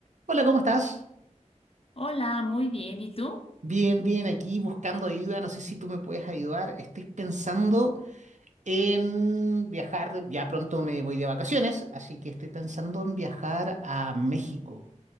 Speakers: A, on the right; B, on the left.
A: Hola, ¿cómo estás?
B: Hola, muy bien. ¿Y tú?
A: Bien, bien, aquí buscando ayuda. No sé si tú me puedes ayudar. Estoy pensando en viajar. Ya pronto me voy de vacaciones, así que estoy pensando en viajar a México.